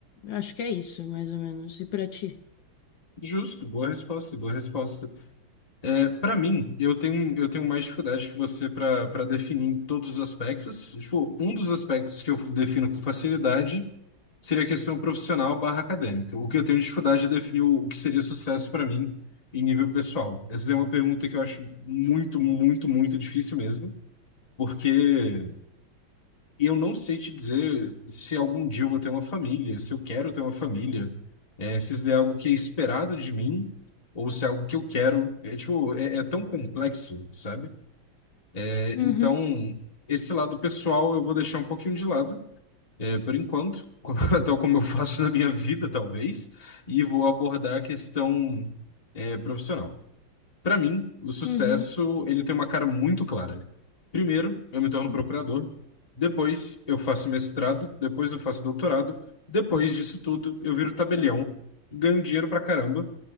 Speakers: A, on the left (about 70°); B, on the left (about 20°).
A: acho que é isso, mais ou menos. E pra ti?
B: Justo, boa resposta, boa resposta. Para mim, eu tenho, eu tenho mais dificuldade que você para para definir todos os aspectos. Tipo, um dos aspectos que eu defino com facilidade seria a questão profissional barra acadêmica. O que eu tenho dificuldade é definir o, o que seria sucesso para mim em nível pessoal. Essa é uma pergunta que eu acho muito, muito, muito difícil mesmo, porque eu não sei te dizer se algum dia eu vou ter uma família, se eu quero ter uma família, é, se isso é algo que é esperado de mim ou se é algo que eu quero. É tipo, é, é tão complexo, sabe? É,
A: Uhum,
B: então, esse lado pessoal eu vou deixar um pouquinho de lado, é, por enquanto, <laughs> tal como eu faço na minha vida, talvez, e vou abordar a questão, é, profissional. Para mim, o sucesso,
A: <laughs>
B: ele tem uma cara muito clara. Primeiro, eu me torno
A: uhum.
B: procurador, depois eu faço mestrado, depois eu faço doutorado, depois disso tudo eu viro tabelião, ganho dinheiro pra caramba